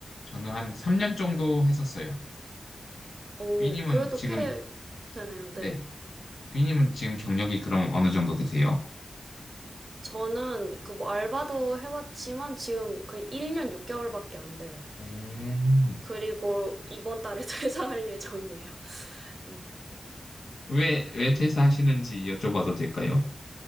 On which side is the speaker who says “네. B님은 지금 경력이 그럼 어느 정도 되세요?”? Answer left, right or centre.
Left